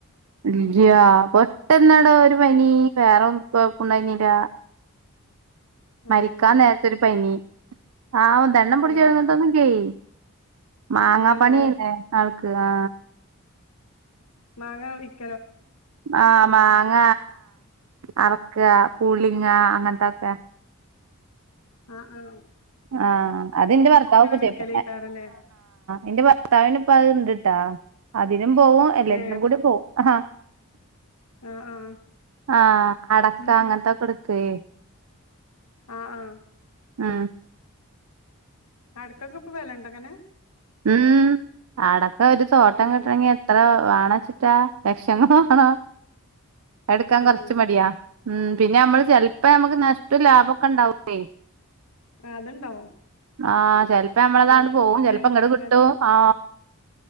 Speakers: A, on the right; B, on the left.
A: ഇല്ലയാ പെട്ടെന്നടാ ഒരു പനി വേറെ ഒന്നും കൊഴപ്പണ്ടായിുന്നില്ല മരിക്കാൻ
B: ഏഹ്
A: നേരത്തൊരു പനി ആവു ദേണ്ണം പിടിച്ചു
B: യോ
A: കിടന്നിട്ടൊന്നുമില്ലെ ഏയ് മാങ്ങാ
B: ഇല്ലല്ലേ
A: പണിയായിരുന്നു ആൾക്ക് ആ
B: മാങ്ങാ വിക്ക്
A: ആ മാങ്ങ പറിക്കുക, പൊളിക്കുക അങ്ങനത്തെയൊക്കെ
B: ആ ആ
A: ആ അത് എന്റെ ഭർത്താവ് ഇപ്പോൾ
B: വിക്കലേക്കാരല്ലേ
A: ചെയ്യുന്നുണ്ട്. എന്റെ ഭർത്താവിന് ഇപ്പോൾ അത് ട്ടാ അതിനും പോവും എല്ലാത്തിനും
B: ഏഹ്
A: കൂടി പോവും ആ
B: ആഹ് ആഹ്
A: ആ അടക്ക
B: ഉം
A: അങ്ങനത്തയൊക്കെ എടുക്കുമെ
B: ആ ആ
A: ആ
B: അടക്കയക്ക് ഇപ്പോൾ വിലയുണ്ടോ അങ്ങനെ?
A: ഉം അടക്ക് ഒരു തോട്ടം
B: ഏഹ്
A: കിട്ടണമെങ്കിൽ എത്ര വേണമെന്നുവെച്ചിട്ടാ? ലക്ഷങ്ങല് വേണം ആണോ എടുക്കാൻ കുറച്ച്
B: ഏഹ്
A: മടിയാ ഉം പിന്നെ നമ്മൾ ചിലപ്പോൾ നമ്മുക്ക് നഷ്ടം എന്നിട്ടും ലാഭമൊക്കെ ഉണ്ടാകുമേ.
B: ആ അതുണ്ടാവും.
A: ആ ചിലപ്പോൾ നമ്മളുടേത്
B: വെലള്ള
A: അങ്ങോട്ട് പോകും.
B: സമയം
A: ചേല് കിട്ടും
B: വെ
A: ആ